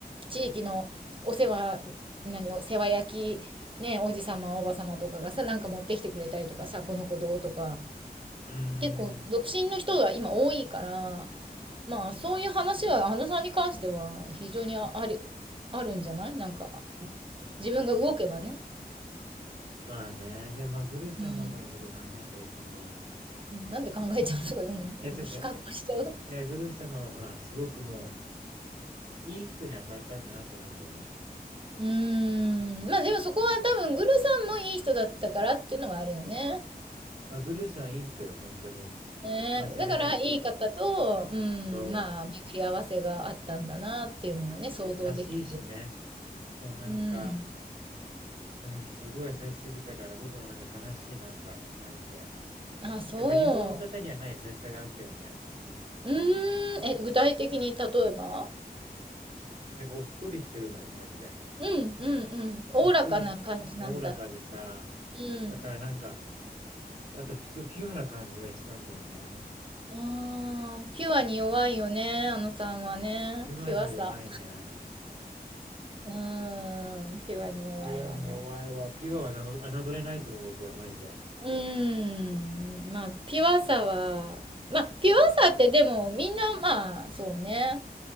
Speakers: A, on the right; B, on the right.
A: 地域のお世話、何、お世話焼き、ね、おじさま、おばさまとかがさ、なんか持ってきてくれたりとかさ、この子どうとか、
B: うー
A: 結構、
B: ん。
A: 独身の人が今多いから、まあ、そういう話は、あのさんに関しては、非常にああり、あるんじゃないなんか、自分が動けばね。
B: まあね、でもまあ、グル様とのことを考えた時に、
A: うん、うん、なんで考えちゃうのとか、
B: うん。
A: うん、
B: いや、違う違う。
A: 比較しちゃう。
B: いや、グル様はほら、すごくもう、いい人に当たったんだなと思うんだよね。
A: うーん、
B: うん。
A: まあでもそこは多分、グルさんもいい人だったからっていうのはあるよね。
B: まあ、グルさんいい人よ、本当に。
A: ね、
B: 真面目だし、
A: だからいい方と、うん、
B: そう、
A: まあ巡り合わせがあったんだなっていうのはね、
B: そう優しいしね。
A: 想像できる。
B: もうなんか、
A: うん。
B: うん、すごい優しすぎたから、僕もなんか悲しい、なんか、マジで。
A: あ、そ
B: やっぱ日本の方にはない優しさがあったよね。うん。
A: う。うーん、え、具体的に例えば
B: なんかおっとりしてるのよ、マジで。
A: うんうんうん。おおらかな感じなんだ。
B: おっとりし、おおらかでさ、
A: うん。
B: だからなんか、あと、そうピュアな感じがしたんだよね。
A: ああ、ピュアに弱いよね、あのさんはね。
B: ピュアに弱いね。
A: ピュアさ。うーん、ピュアに弱いわね。
B: ピュアに弱いわ。ピュアはなど侮れないと思う、僕は、マジで。
A: うーん、まあ、ピュアさは、まあ、ピュアさってでもみんな、まあ、そうね。